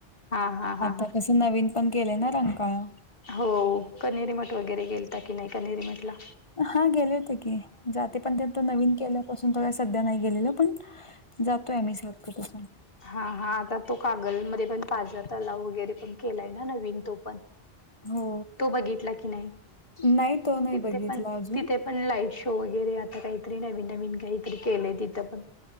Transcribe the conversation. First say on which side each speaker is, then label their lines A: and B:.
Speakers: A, on the left (about 60°); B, on the left (about 30°).
A: हा हा हा
B: आता
A: हा
B: कसं नवीन पण केलंय ना रंकाळा.
A: हो, कणेरीमठ वगैरे गेलता की नाही. कणेरीमठला.
B: हा गेले होते की, जाते पण त्या नवीन केल्यापासून त काही सध्या नाही गेलेलं पण. जातोय आम्ही सारखं तस.
A: हा. हा. आता तो कागलमध्ये पण पाजर तलाव वगैरे, पण केलाय ना नवीन तो पण.
B: हो
A: तो बघितला कणी,
B: नाही तो नाही
A: तिथे
B: बघितला
A: पण
B: अजून
A: तिथे पण लाईट शो. शो वगैरे आता काहीतरी नवीन नवीन काहीतरी केलंय तिथं पण,